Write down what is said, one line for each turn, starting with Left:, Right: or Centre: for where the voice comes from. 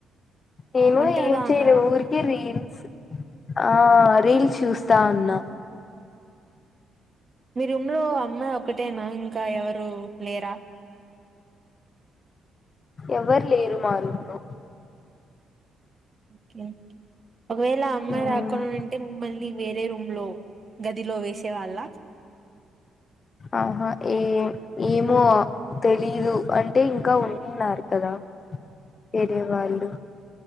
Left: నేను
Right: ఒంటరిగా
Left: ఏం చేయలే
Right: ఉన్నారా
Left: ఊరికే రీల్స్ ఆ రీల్స్ చూస్తా ఉన్నా
Right: మీ రూంలో అమ్మాయి ఒకటేనా ఇంకా ఎవరు లేరా
Left: ఎవ్వరు లేరు మా రూంలో
Right: కే ఒకవేళ ఆ అమ్మాయి
Left: మ్మ్
Right: రాకుండి ఉంటే మిమ్మల్ని వేరే రూమ్ లో గదిలో వేసే వాళ్ళ
Left: ఆహా ఏ ఏమో తెలీదు అంటే ఇంకా ఉన్నారు కదా వేరే వాళ్ళు